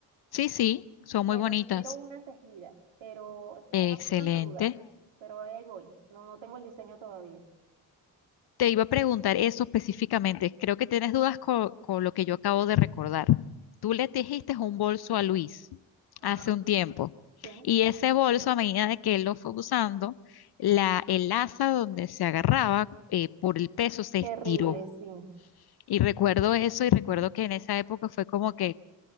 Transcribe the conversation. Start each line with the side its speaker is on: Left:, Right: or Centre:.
Left: Sí, sí, son
Right: Bueno,
Left: muy bonitas.
Right: quiero una tejida, pero
Left: Excelente.
Right: tengo algunas dudas, pero ahí voy. No, no tengo el diseño todavía.
Left: Te iba a preguntar eso específicamente. Creo que tienes dudas co- con, lo que yo acabo de recordar. Tú le tejiste un bolso a Luis
Right: Ajá,
Left: hace un tiempo
Right: sí.
Left: y ese bolso a medida de que él lo fue usando, la, el asa donde se agarraba eh, por el peso se
Right: Terrible,
Left: estiró.
Right: sí.
Left: Y recuerdo eso y recuerdo que en esa época fue como que,